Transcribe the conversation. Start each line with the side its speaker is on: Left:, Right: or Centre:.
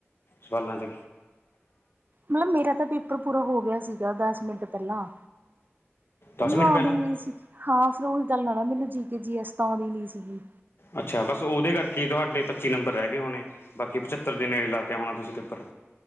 Left: ਸਵਾਲਾਂ ਚ।
Right: ਮਤਲਬ ਮੇਰਾ ਤਾਂ ਪੇਪਰ ਪੂਰਾ ਹੋ ਗਿਆ ਸੀਗਾ ਦਸ ਮਿੰਟ ਪਹਿਲਾਂ,
Left: ਦਸ
Right: ਨਾ
Left: ਮਿੰਟ ਪਹਿਲਾਂ
Right: ਆਉਂਦੀ ਸੀ ਹਾਂ ਫਿਰ ਉਹੀ ਗੱਲ ਆ ਨਾ ਮੈਨੂੰ ਜੀ ਕੇ ਜੀ ਇਸ ਤ ਆਂਦੀ ਨੀ ਸੀਗੀ।
Left: ਅੱਛਾ, ਬਸ ਉਹਦੇ ਕਰਕੇ ਤੁਹਾਡੇ ਪੱਚੀ ਨੰਬਰ ਰਹਿ ਗਏ ਹੋਣੇ ਬਾਕੀ ਪਚੱਤਰ ਦੇ ਨੇੜੇ ਲਾ ਤੇਆ ਹੋਣਾ ਤੁਸੀਂ ਪੇਪਰ।